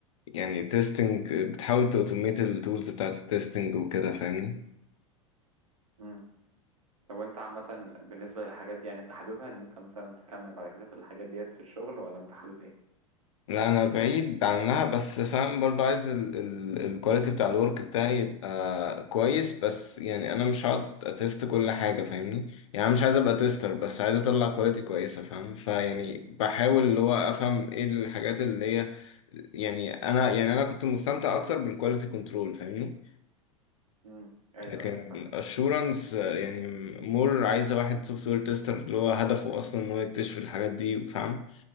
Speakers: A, on the left (about 65°); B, on the right (about 80°).
A: يعني تيستنج بتحاول تأوتوميت التولز بتاعة التيستنج وكده فاهمني
B: امم طب وانت عامة بالنسبة للحاجات دي يعني انت حاببها ان انت مثلا تكمل بعد كده في الحاجات ديت في الشغل ولا انت حابب ايه
A: لا انا بعيد عنها بس فاهم برضو عايز ال- ال- الكواليتي بتاع الورك بتاعي يبقى كويس بس يعني انا مش هقعد اتست كل حاجه فاهمني يعني أنا مش عايز ابقى تيستر بس عايز اطلع كواليتي كويسه فاهم فيعني بحاول اللي هو افهم ايه الحاجات اللي هي يعني انا يعني انا كنت مستمتع اكتر بالكواليتي كنترول فاهمني
B: امم ايوه
A: لكن
B: ايوه فاهم
A: اشورنس يعني مور عايزه واحد سوفت وير تيستر اللي هو هدفه اصلا ان هو يكتشف الحاجات دي فاهم